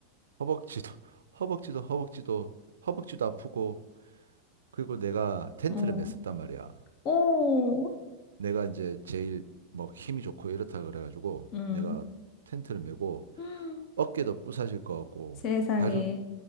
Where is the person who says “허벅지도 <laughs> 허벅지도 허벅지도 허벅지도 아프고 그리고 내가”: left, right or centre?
Right